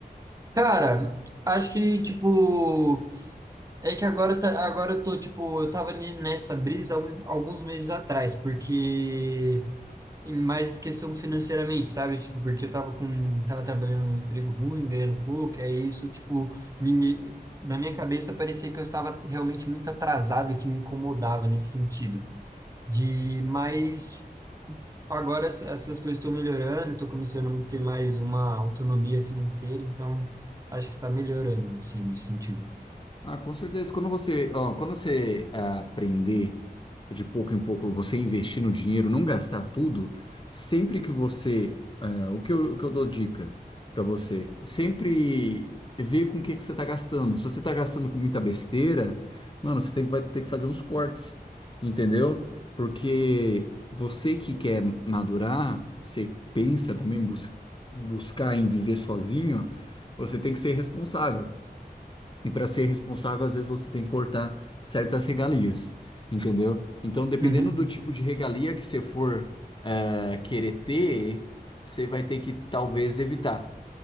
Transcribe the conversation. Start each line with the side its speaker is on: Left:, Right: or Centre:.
Right: Cara, acho que, tipo, é que agora, tá, agora eu tô, tipo, eu tava ne- nessa brisa algum- alguns meses atrás, porque E mais questão financeiramente, sabe? Tipo, porque eu tava com, tava trabalhando num emprego ruim, ganhando pouco, é isso, tipo, me, me- na minha cabeça parecia que eu estava realmente muito atrasado, e que me incomodava nesse sentido. De, mas agora ess- essas coisas estão melhorando, estou começando a ter mais uma autonomia financeira, então acho que está melhorando, assim, nesse sentido.
Left: Ah, com certeza. Quando você, ó, quando você ah, aprender de pouco em pouco, você investir no dinheiro, não gastar tudo, sempre que você, ah, o que eu, o que eu dou dica pra você, sempre ver com o que que você tá gastando. Se você tá gastando com muita besteira, mano, você tem que, vai ter que fazer uns cortes, entendeu? Porque você que quer madurar, você pensa também em bus- buscar em viver sozinho, você tem que ser responsável. E para ser responsável, às vezes você tem que cortar certas regalias, entendeu? Então, dependendo
Right: Uhum.
Left: do tipo de regalia que você for eh, querer ter, você vai ter que talvez evitar,